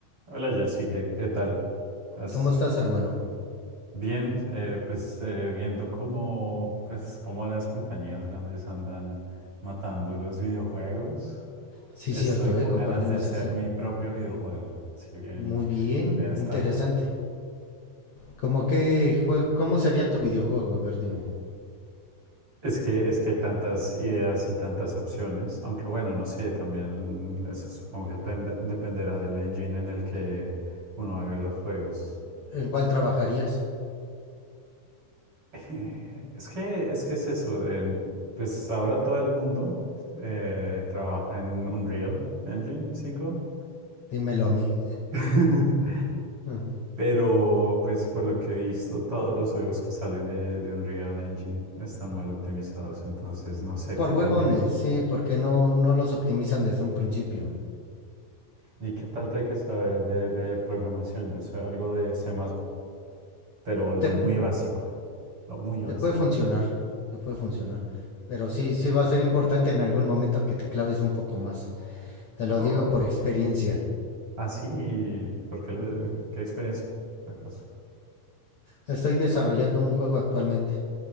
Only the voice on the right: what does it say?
Hola Jersey, ¿qué, qué tal? ¿Has-
bien, eh, pues eh, viendo cómo, pues, cómo las compañías grandes andan matando los videojuegos,
estoy
con
ganas de hacer
mi propio videojuego, si bien,
bien startup.
Es que, es que hay tantas ideas y tantas opciones, aunque bueno, no sé, también eso supongo que depende- dependerá del engine en el que uno haga los juegos.
Eh, Es que, es que es eso. en- pues ahora todo el mundo eh, trabaja en Unreal Engine cinco,
<laughs>
Pero pues por lo que he visto, todos los juegos que salen de, de Unreal Engine están mal optimizados. Entonces no sé
qué
tan difícil.
y qué tanto hay que saber de, de programación. Yo sé algo de C++, pero lo
muy básico. Lo muy
básico.
Oh,
así, ¿por qué lo-
qué experiencia acaso?